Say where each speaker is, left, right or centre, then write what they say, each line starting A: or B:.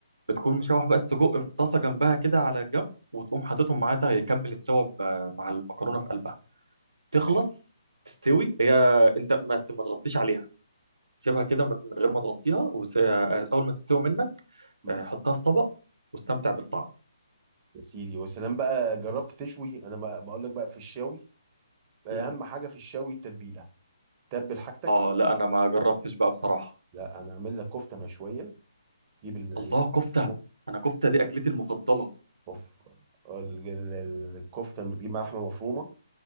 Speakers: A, on the right (about 75°); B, on the right (about 25°).
A: بتكون مشوح بقى السجق في طاسه جنبها كده على الجنب وتقوم حاططهم معاها تا- يكمل السوا ب- مع المكرونه في قلبها تخلص تستوي هي انت ما ما تغطيش عليها سيبها كده من من غير ما تغطيها وس- اول ما تستوي منك
B: مم.
A: آه، حطها في طبق واستمتع بالطعم
B: يا سيدي وسلام بقى جربت تشوي انا بقول لك بقى في الشاوي اهم
A: مم.
B: حاجه في الشاوي التتبيله تبل حاجتك
A: اه لا انا ما جربتش بقى بصراحة
B: لا انا اعمل لك كفته مشويه جيب ال-
A: الله
B: اللحمه
A: كفتة
B: المفرومه
A: انا كفتة دي اكلتي المفضلة
B: اوف ال- ال- ال- الكفته لما تجيب لحمه مفرومه